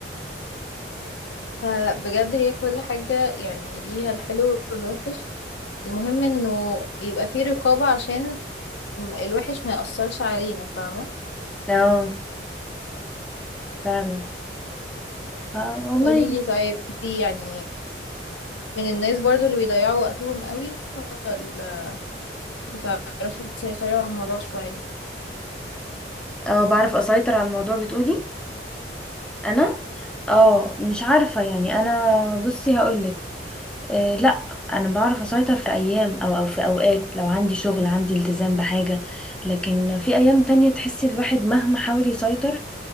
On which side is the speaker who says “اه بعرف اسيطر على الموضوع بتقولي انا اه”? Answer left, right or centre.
Centre